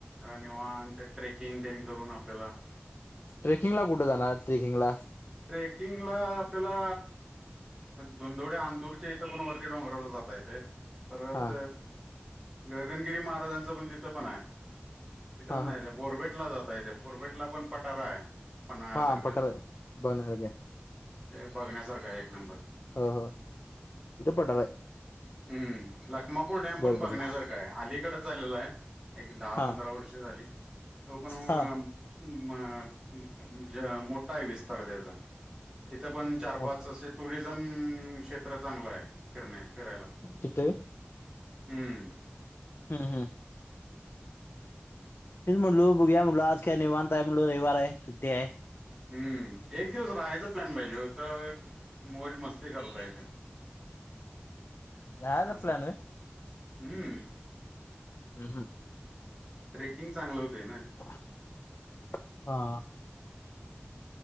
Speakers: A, on the right; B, on the left.
A: रा निवान त्या ट्रेकिंग त्यांनी करून आपल्याला
B: ट्रेकिंगला कुठे जाणार ट्रेकिंगला
A: ट्रेकिंग ला आपल्याला धोनदोडे आंदूरच्या इथं पण वरती डोंगरावर जाता येते. पाफेट परत
B: हा
A: गगनगिरी महाराजांचं पण तिथं पण हाय. तिथं
B: हा
A: पण नाय
B: हा
A: बोरबेटला जाता येते बोरबेटला पण पटारा आहे. पन्हाळ्यासारखं
B: हा पटर आहे बघण्यासारखं हे
A: हे बघण्यासारखा एक नंबर.
B: हो हो तिथं पठार आहे
A: हम्म लखमापूर डम
B: बोरबेटला
A: पण बघण्यासारख हे इकडच झालेला आहे एक दहा
B: हा
A: पंधरा वर्ष झाली तो पण म्म
B: हा
A: ज्या मोठाआहे विस्तार त्याचा इथं पण चार
B: मोठ
A: पाच टुरिझम क्षेत्र चांगलं आहे फिरणे फिरायला.
B: तिथे
A: हम्म.
B: हम्म. तेच म्हटलू बघया म्हणलं आज काय निवांतय म्हणल रविवार आहे सुट्टी आहे.
A: हम्म एक दिवस राहायचं प्लॅन पाहिजे तर मोज मस्ती करता येते.
B: <inaudible>
A: असाय
B: प्लॅन होय
A: हम्म
B: हम्म
A: ट्रेकिंग चांगलं होतय ना.
B: <unintelligible> हा